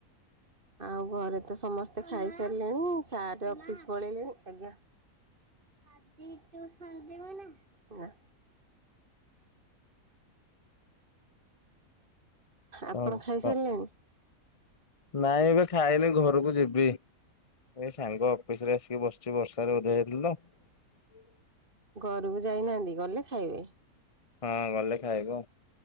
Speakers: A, on the right; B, on the left.
A: ଆଉ ଘରେ ତ ସମସ୍ତେ ଖାଇସାରିଲେଣି ସାର୍ ଅଫିସ ପଳେଇଲେଣି ଆଜ୍ଞା ଆଜି ଟୁ ସନଯିବିନି ନା ବ।
B: <inaudible> କଣ
A: ଆପଣ ଖାଇସାରିଲେଣି?
B: କଣ ନାଇଁ ଏବେ ଖାଇନି ଘରକୁ ଯିବି। ଏ ସାଙ୍ଗ ଅଫିସ ରେ ଆସିକି ବସିଚି ବର୍ଷରେ ଓଦା ହୋଇ ଯାଇଥିଲ ତ।
A: ଘରକୁ ଯାଇନାହାନ୍ତି ଗଲେ ଖାଇବେ।
B: ହଁ ଗଲେ ଖାଇବୁ